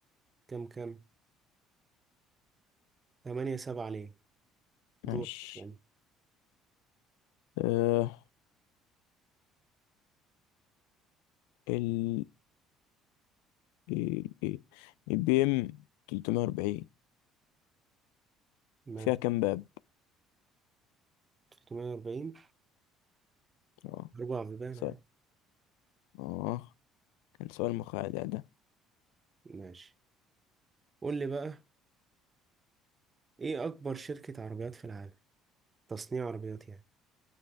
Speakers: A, on the right (about 30°); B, on the left (about 75°).
A: كام كام؟ تمانية سبعة ليه؟ دور
B: ماشي
A: ثاني
B: أه ال ال- ال- البي إم 340
A: ماشي
B: فيها كام باب؟
A: 340
B: أه
A: أربع بيبان
B: سؤال
A: عادي.
B: أه كان سؤال مخادع ده
A: ماشي قول لي بقى ايه أكبر شركة عربيات في العالم؟ تصنيع عربيات يعني